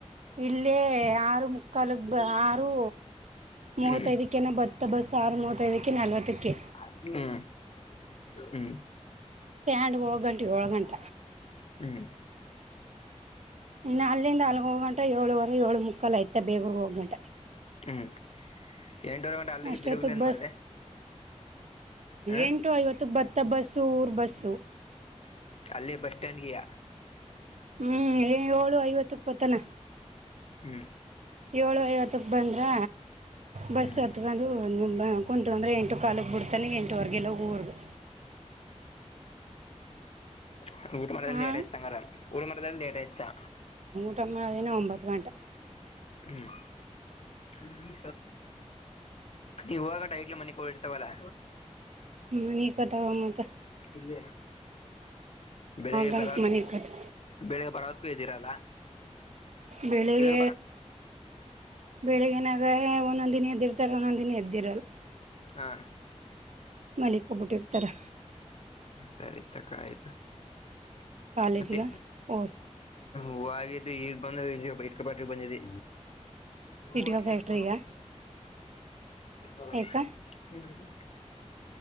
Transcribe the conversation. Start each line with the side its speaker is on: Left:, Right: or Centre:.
Right: ಇಲ್ಲೇ ಆರು ಮುಕ್ಕಾಲುಗ್ ಆರುೂ ಮೂವತ್ತೈದಕ್ಕೆನ
Left: ಹ್ಮ್
Right: ಬತ್ತ ಬಸ್ ಆಾರ ಮೂವತ್ತೈದಕ್ಕೆ ನಲ್ವತ್ತಕ್ಕೆ
Left: ಹ್ಮು ಹ್ಮ್
Right: ಸ್ಟ್ಯಾಂಡ್ಗೆ ಹೋಗ ಗಂಟೆಗೆ ಏಳ್ ಗಂಟ
Left: ಹ್ಮ್
Right: ಇನ್ನು ಅಲ್ಲಿಂದ ಅಲ್ಗ ಹೋಗಂಟ ಏಳುವರೆ ಏಳು ಮುಕ್ಕಲು ಯಐತ ಬೇಗೂರು ಹೋಗಂ
Left: ಹ್ಮ್ ಎಂಟುವರೆ ಗಂಟೆ ಅಲ್ಲಿಗೆ
Right: ಅಷ್ಟೊತ್ತಕ್
Left: ಬೇಗಲ ಏನ್
Right: ಬಸ್
Left: ಮಾಡಿದೆ ಹ
Right: ಎಂಟು ಐವತ್ತಕ್ ಭತ್ತ ಬಸ್ಸು ಊರ್ ಬಸ್ಸು
Left: ಅಲ್ಲೇ ಬಸ್ ಸ್ಟ್ಯಾಂಡ್ಗೆಯಾ
Right: ಹ್ಮ್ ಏ ಏಳು ಐವತ್ತು ಇಪ್ಪತ್ತನ
Left: ಹ್ಮ್
Right: ಏಳು ಐವತ್ತಕ್ಕೆ ಬಂದ್ರಾ ಬಸ್
Left: ಹ್ಮ್
Right: ಹತ್ಕೊಂಡು ನಿಮ್ಮ ಕುಂತು ಅಂದರೆ ಎಂಟು ಕಾಲಕ್ಕೆ ಬಿಡ್ತಾನೆ ಎಂಟೂವರೆಗೆಲ್ಲ ಊರ್ಗೆ
Left: ಹ್ಮ್ ಊಟ ಮಾಡ
Right: ಹಾ
Left: ಲಡತ ತಂಗಾರ ಊರ್ ಮಾಡ್ದ ಲೇಟ್ ಆಯ್ತಾ
Right: ಊಟ ಮಾಡೋದೇನೇ ಒಂಬತ್ತು ಗಂಟೆ
Left: ಹ್ಮ್ಲ ನೀವು ಹಾಗಟ ಐಕ್ಲ ಮನೆ ಕ ಹಿ ಇರ್ತವಲ್ಲಾ
Right: ಮನ ಕದಾವಮ್ಮದ
Left: ಇಲ್ಲೇ ಬೆಳಿಗ್ಗೆ
Right: ಗಂಟೆ
Left: ಬರ
Right: ಮನೆ ಕತ್
Left: ಬೆಳಿಗ್ಗೆ ಬರವತ್ಕೂ ಇದ್ದೀರಲ್ಲ
Right: ಬೆಳಿಗ್
Left: ಬೆಳಿಗ್ಗೆ ಬರ
Right: ಬೆಳಿಗ್ಗನಾಗ ಒಂದೊಂದ ದಿನ ಎದಿರ್ತಾರೆ ಒಂದೊಂದ ದಿನ ಎದ್ದಿರಲ್ಲ
Left: ಹಾ
Right: ಮಲ್ಲಿಕ್ಕೋಗ್ಬಿಟ್ಟಿರ್ತಾರೆ
Left: ಸರಿ ತಕ್ಕ ಆಯ್ತು
Right: ಕಾಲೇಜಿಗೆ
Left: ಮತ್ತೆ
Right: ಓ
Left: ಹೂಗಿದ್ದು ಈಗ ಬಂದ ಇಟ್ಕಪಾಟಿ ಬಂದಿದ್ದಿ ಮೂವತ್ತು
Right: ಇಟ್ಕ ಫ್ಯಾಕ್ಟ್ರಿಗೆ
Left: ಲಕ್ಷ ಸಾವರ
Right: ಯಾಕ
Left: ಹ್ಮ್